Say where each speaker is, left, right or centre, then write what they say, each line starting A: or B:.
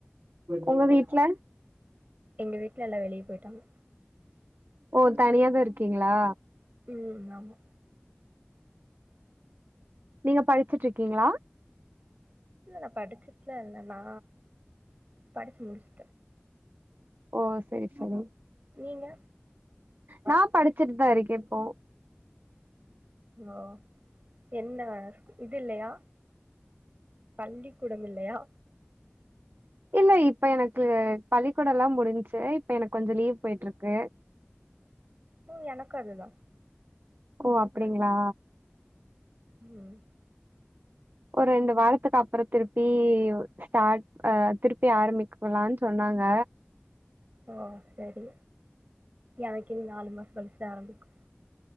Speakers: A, on the right; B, on the right.
A: உங்க வீட்ல
B: எங்க வீட்ல எல்லா வெளிய போயிட்டாங்க
A: ஓ தனியாதா இருக்கிங்களா
B: ம் ஆமா
A: நீங்க படிச்சிட்ருக்கிங்ளா
B: இல்ல நா படிச்சிட்லா இல்ல நா படிச்சி முடிச்சி
A: ஓ செரி செரி
B: நீங்க
A: நா படிச்சிட்டுதா இருக்கே இப்போ
B: ஓ என்ன இது இல்லயா பள்ளிக் கூடமில்லயா
A: இல்ல இப்ப எனக்கு பள்ளிக்கூடலா முடிஞ்ச்சு இப்ப எனக்கு கொஞ்சோ லீவ் போயிட்ருக்கு
B: உம் எனக்கு அதுதா
A: ஓ அப்டிங்ளா
B: உம்
A: ஒரு ரெண்டு வாரத்துக்கு அப்ற திருப்பி ஸ்டார்ட் ஆஹ் திருப்பி ஆரம்மிக்கலான் சொன்னாங்க
B: ஓ செரி எனக்கு இன்னு நாலு மாசோ கழிச்சு தா ஆரம்பிக்கு